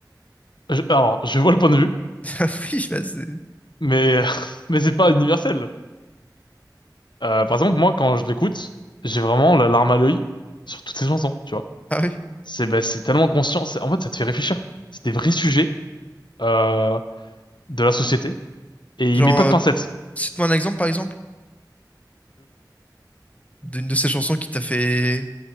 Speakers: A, on the left (about 85°); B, on the left (about 20°).
A: Je- alors, je vois le point de vue,
B: <laughs> Ah Oui, bah c'est.
A: mais, <laughs> mais c'est pas universel. Euh, par exemple, moi quand je l'écoute, j'ai vraiment la larme à l'œil sur toutes ces chansons, tu vois.
B: Ah oui.
A: C'est ben, c'est tellement conscient, c'est- en fait ça te fait réfléchir. C'est des vrais sujets euh, de la société, et
B: Genre,
A: il met pas
B: euh,
A: de pincettes.
B: cite-moi un exemple, par exemple, d'une de ces chansons qui t'a fait